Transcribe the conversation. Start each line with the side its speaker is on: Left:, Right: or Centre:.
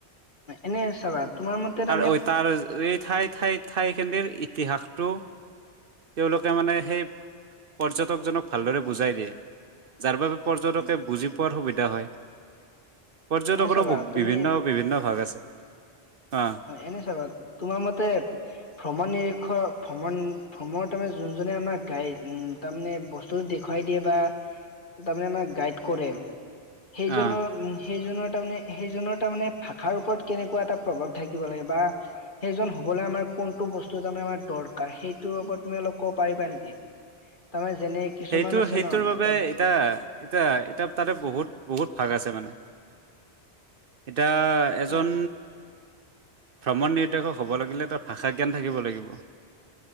Left: এনে চাবা তোমাৰ মতে তাৰমানে
Right: ঐ তাৰ এই ঠাই ঠাই ঠাই খেনিৰ ইতিহাস টো, তেওঁলোকে মানে সেই পৰ্যটকজনক ভালদৰে বুজাই দিয়ে, যাৰ বাবে পৰ্যটকে
Left: উম,
Right: বুজি পোৱাৰ সুবিধা হয় পৰ্যটকৰো
Left: এনে চাবা তুমি
Right: বিভিন্ন, বিভিন্ন ভাগ আছে। অ
Left: এনে চাবা তোমাৰ মতে ভ্ৰমণ নিৰিক্ষ ভ্ৰমণ, ভ্ৰমণ তাৰে যোনজনে আমাক গাই উ তাৰমানে বস্তু দেখুৱাই দিয়ে বা তাৰমানে আমাক গাইড কৰে। সেইজনৰ
Right: অ
Left: উ সেইজনৰ তাৰমানে সেইজনৰ তাৰমানে ভাষাৰ ওপৰত কেনেকুৱা এটা প্ৰভাৱ থাকিব লাগে বা সেইজন হবলৈ আমাৰ কোনটো বস্তু তাৰমানে আমাৰ দৰকাৰ সেইটোৰ ওপৰত তুমি অলপ ক'ব পাৰিবা নেকি তাৰমানে যেনে কিছুমান
Right: সেইটো
Left: আছে
Right: সেইটোৰ
Left: ন
Right: বাবে
Left: তাৰ
Right: এতিয়া এতিয়া এতিয়া তাতে বহুত বহুত ভাগ আছে মানে এতিয়া এজন
Left: উম,
Right: ভ্ৰমণ নিৰ্দেশক হ'ব লাগিলে ত ভাষা জ্ঞান থাকিব লাগিব।